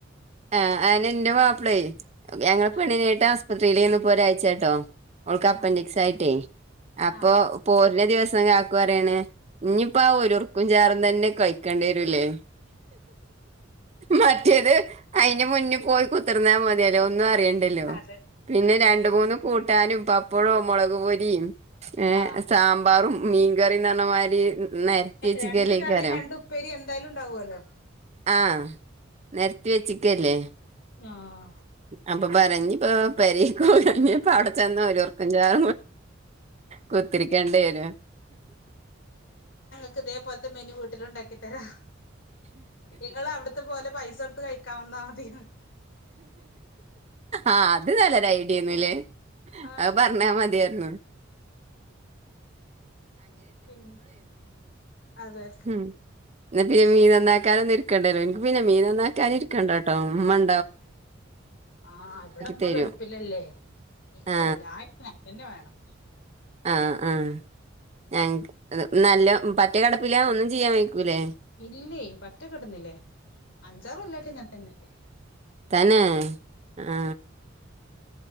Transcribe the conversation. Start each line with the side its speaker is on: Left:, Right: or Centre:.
Right: ആഹ അയിന് എന്റെ മാപ്പിളേ ഞങ്ങള്
Left: ആഹ്
Right: പെണ്ണിനായിട്ട് ആസുപത്രിയിൽന്ന് ഒരാരാഴ്ച്ചായി ട്ടോ അവൾക്ക് അപ്പൻഡിക്സ്
Left: ആഹ്
Right: ആയിട്ടേ. അപ്പൊ
Left: ആഹ്
Right: പോരിന ദിവസം കാക്കു പറിയാണ് ഇനിയിപ്പ ആ ഒരുർക്കും ചാറും തന്നെ കഴിക്കും.. ക്കേണ്ടി വരൂലെ മറ്റേത് അയിന്റെ മുന്നേ പോയി കുത്തിർന്നാൽ മതിയല്ലോ ഒന്നും അറിയണ്ടല്ലോ
Left: അതെ അതെ
Right: പിന്നെ
Left: അതെ
Right: രണ്ട് മൂന്നും.. കൂട്ടാനും പ അപ്പൊ ഴ് മൊളക് പൊരിയും ഏ
Left: ആഹ്
Right: സാമ്പാറും മീൻകറിയെ ന്ന് റഞ്ഞമാതിരി... നെ രത്തി ചിക്കല്ലായ്ക്കാരം.
Left: രണ്ട് കറി രണ്ട് ഉപ്പേരി എന്തായാലും ഉണ്ടാവുമല്ലോ
Right: ആഹ നെ രത്തി വെച്ചിക്കല്ലേ.
Left: ആഹ
Right: അപ്പൊ പറി ഞ്ഞപ്പൊ പേരികൊയാൽ ഞ്ഞ പ്പ അവടെ ചെന്ന രോർക്കും ചായ.. കുത്തിരിക്കേണ്ടി വരു...
Left: ക്ക് ഇതേ പോലത്തെ മെനു വീട്ടിലുണ്ടാക്കി തരാഇ ങ്ങ അവിടുത്തെ പോലെ പൈസോ ടുത്ത് കഴ... ക്ക വന്നാൽ മതിയന്...
Right: ആ അത് നല്ലരു ഐഡിയന്നല്ലേ
Left: ആഹ്
Right: അത് പറഞ്ഞാ മതിയാ ർ ന്നു
Left: പിൻ അതെ.
Right: ഉ ങ്ങക്ക് പിന്നെ മീൻ നന്നാക്കാനൊന്നും ഇരിക്കണ്ടല്ലോ എനിക്ക് പിന്നെ മീൻ നന്നാക്കാനും ഇരിക്കണ്ട ട്ടൊ ഇമ്മൻ...
Left: ആ ഇവിടമ്മ
Right: തരും
Left: കെടുപ്പില്ലല്ലേ എനി ക്കെല്ലാ...
Right: ആ
Left: നിന്നെ വേണം
Right: ആഹ ആഹ ഞ നല്ല പറ്റ കിടപ്പില ഒന്നും ചെയ്യാൻ വയിക്കൂല്ലേ.
Left: ഇല്ലേ. പറ്റ കിടന്നില്ലേ അഞ്ചാറല്ലായിട്ട് ഇങ്ങനെ തന്നല്ലേ
Right: തന്നേ ആ